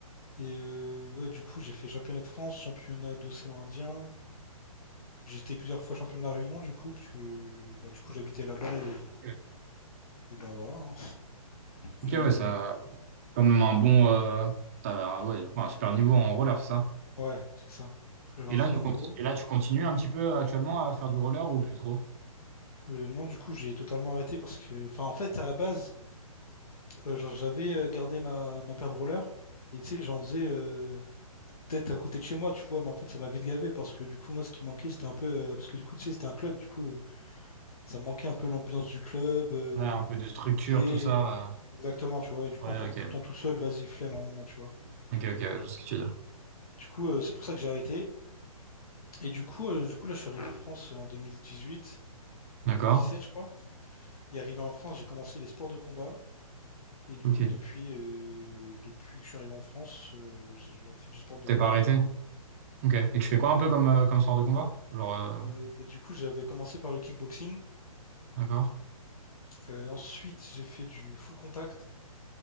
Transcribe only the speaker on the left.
Et euh, ouais, du coup, j'ai fait championnat de France, championnat d'océan Indien. J'ai été plusieurs fois champion de la Réunion, du coup, puisque bah, du coup, j'habitais là-bas et,
et bah voilà. hein.
<laughs> Euh,
Ouais, c'est ça. Du coup, j'avais
un
très
bon
niveau.
Euh, non, du coup, j'ai totalement arrêté parce que, enfin, en fait, à la base, euh, genre, j'avais euh, gardé ma, ma paire de rollers et tu sais, j'en faisais euh, peut-être à côté de chez moi, tu vois, mais en fait, ça m'a vite gavé parce que du coup, moi, ce qui me manquait, c'était un peu, euh, parce que du coup, tu sais, c'était un club, du coup, euh, ça me manquait un peu l'ambiance du club, euh,
tu sais,
exactement, tu vois, et du coup,
en faire
tout le temps tout seul, vas-y, flemme à un moment, tu vois.
Du coup, euh, c'est pour ça que j'ai arrêté. Et du coup, euh, du coup, là, je suis arrivé en France euh, en 2018,
2017, je crois. Et arrivé en France, j'ai commencé les sports de combat. Et du
coup, depuis, euh, depuis que je suis arrivé en France, euh, j'ai fait du sport de
combat,
du coup.
Non,
du
coup,
Euh, bah, du coup, j'avais commencé par le kickboxing.
Euh, ensuite, j'ai fait du full contact.